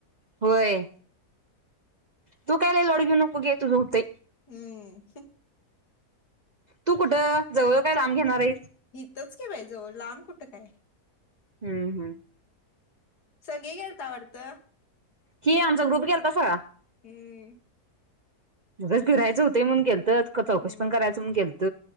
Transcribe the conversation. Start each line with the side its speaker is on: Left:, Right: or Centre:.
Right: होय तू काय लय लोड घेऊ नकोस तुझं काय होतंय.
Left: हम्म
Right: तू कुठं जवळ काय लांब घेणार आहेस.
Left: इथच कि बाईजवळ लांब कुठं काय.
Right: हम्म हम्म.
Left: सगळे गेलताव वाटतं.
Right: हि आमचा ग्रुप गेलता सगळा
Left: हम्म.
Right: मस्त फिरायचं होतं म्हणून गेलतो. चौकशी
Left: हम्म
Right: पण करायचंण गेलत,